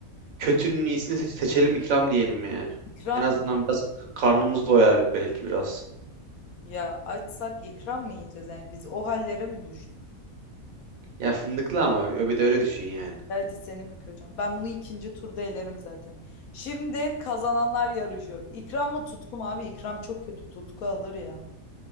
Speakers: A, on the right; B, on the left.
A: kötünün iyisini seç- seçelim ikram diyelim yani.
B: İkram
A: En azından biraz k- karnımız doyar belki biraz.
B: Ya açsak ikram mı yiyeceğiz? Yani biz o hallere mi düştük?
A: Ya fındıklı ama öbede öyle düşün yani.
B: Evet seni mi kıracağım? Ben bunu ikinci turda elerim zaten. Şimdi kazananlar yarışıyor. İkram mı tutku mu abi? İkram çok kötü. Tutku alır ya.